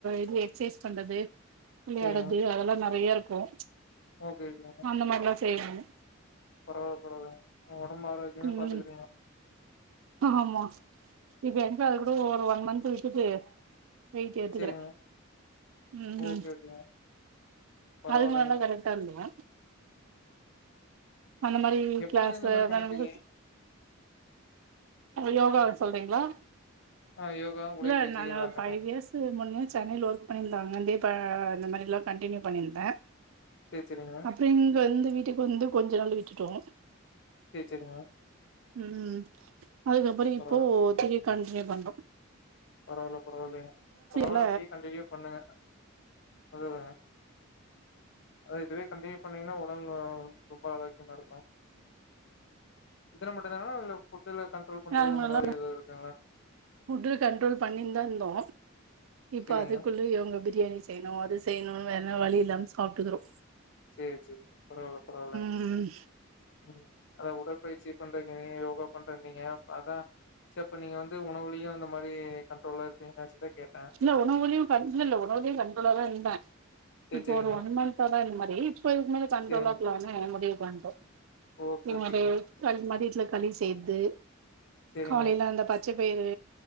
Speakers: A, on the right; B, on the left.
A: இது எக்சைஸ் பண்றது விளையாடது
B: சரிங்க.
A: அதெல்லா நெறைய இருக்கும்
B: ஓகே ஓகேங்க.
A: அந்த மாரி எல்லா செய்வ நானு
B: பரவால்ல பரவால ஒடம்பு ஆரோக்கியமா
A: ம்
B: பாத்துக்கிறீங்க
A: ஆமா இப்ப எங்க அது கூட ஒரு ஒன் மந்த் விட்டுட்டு வெய்ட்டு ஏத்துக்கற
B: சரிங்க.
A: ம் ஹு
B: ஓகே ஓகேங்க. பரவால்லங்க.
A: அதுக்கு நல்லா கரெக்டா இருந்த மேம் அந்த மா <unintelligible>
B: எப்பருந்து
A: க்ளாஸு
B: இந்த மாரி
A: அதா
B: பண்ணிட்டுருக்கீங்க?
A: <unintelligible> யோகா சொல்றீங்களா
B: ஆ யோகா, உடைப்பயிற்சி
A: இல்ல நானு
B: எல்லாமேவா?
A: ஒரு ஃபைவ் இயர்ஸ் முன்ன சென்னையில ஒர்க் பண்ணியிருந்தாங்க தீபா இந்த மாரில்லா கண்டினியூ பண்ணியிருந்தே
B: சேர் செரிங்க
A: அப்பறோ இங்க இந்த வீட்டுக்கு வந்து கொஞ்ச நாள் விட்டுட்டோ
B: ஃபீச்சருங்க
A: ம் அதுக்கப்புறோ இப்போ
B: பரவால்ல
A: திரிய கண்டினியூ பண்றோ
B: பரவால்ல பரவால்லைங்க பரவால்ல
A: ல்ல
B: அப்டியே கண்டனியூவா பண்ணுங்க அதுதா அதா இதுவே கண்டினியூ பண்ணீங்கன்னா ஒடல் வ ரொம்ப ஆரோக்கியமா இருக்கெ இதுல மட்டுந்தானா இல்ல இதுல கண்ட்ரோல் பண்றது
A: நாளைக்கு முன்னால
B: அந்த மாரி எதாது இருக்குங்களா
A: ஃபுட்டு கண்ட்ரோல் பண்ணிந்தா இந்தோ இப்ப
B: சரிங்க.
A: அதுக்குள்ள இவங்க பிரியாணி செ செய்யணு அது செய்யணு வேறன வழி இல்லாம் சாப்ட்டுக்குறோ
B: சேர் சேரி பரவால்ல பரவால்ல
A: ம்ஹ்
B: ம் அதா உடற்பயிற்சி பண்றீங்க யோகா பண்றேன்னிங்க அதா சர் அப்ப நீங்க வந்து உணவுலயு அந்த மாரி கண்ட்ரோல்ல இருப்பீங்க நெனச்சுதா கேட்டே.
A: இல்ல உணவுலையு கண் இல்ல இல்ல உணவுலையு கண்ட்றோலாதா இந்தே
B: சரி
A: இப்போ
B: சரிங்க.
A: ஒரு ஒன் மந்த் தா இந்த மாரி இப்ப இதுக்குமுன்னாடி கண்ட்ரோலாக்கலா
B: சரிங்க.
A: முடிவு பண்டோ
B: ஓகே
A: என்னுடைய
B: ஓகேங்க.
A: களி மதியத்துல களி செய்த்து
B: சரிங்க.
A: காலையில அந்த பச்சைப்பயிறு